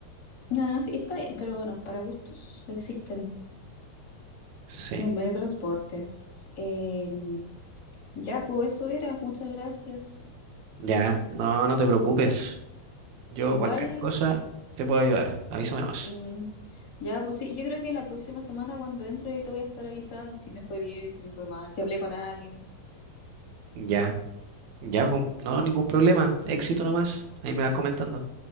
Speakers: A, on the left (about 30°); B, on the right (about 60°).
A: Ah, sí, está bien, pero bueno, para gustos existen
B: Sí,
A: los medios de transporte. Em, ya, pues eso era, muchas gracias.
B: ya, no, no te preocupes. Yo
A: Igual
B: cualquier cosa te puedo ayudar. Avísame nomás.
A: Mm, ya, pues sí, yo creo que la próxima semana cuando entre ahí te voy a estar avisando si me fue bien, si me fue mal, si hablé con alguien.
B: Ya, ya, pum. No, ningún problema. Éxito nomás. Ahí me vas comentando.